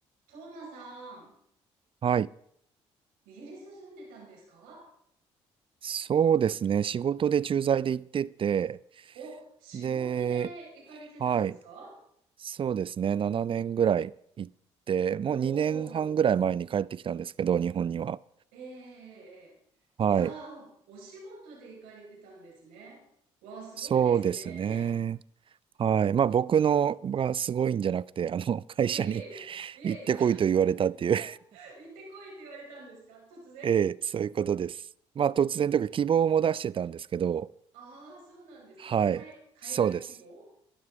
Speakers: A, on the right (about 75°); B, on the right (about 35°).
A: トーマさん、
B: はい。
A: イギリス住んでたんですか
B: そうですね。仕事で駐在で行ってて、
A: お、仕事で行かれてたんですか
B: で、はい。そうですね。7年ぐらい行って、もう2年半ぐらい前に帰ってきたんですけど、
A: おー、
B: 日本には。
A: ええええいやー、
B: はい。
A: お仕事で行かれてたんですね。わあ、すごいですね。
B: そうですね。はい。まあ僕のがすごいんじゃなくて、あの、
A: <laughs>
B: <laughs> 会社に
A: ええいやいや、
B: <laughs> 行ってこいと言われたっていう
A: いやいや、<laughs> 行ってこいって言われたんですか突然
B: <laughs> ええ、そういうことです。まあ突然というか希望も出してたんですけど、
A: ああー、そうなんですね。
B: はい。
A: 海、海外希望
B: そうです。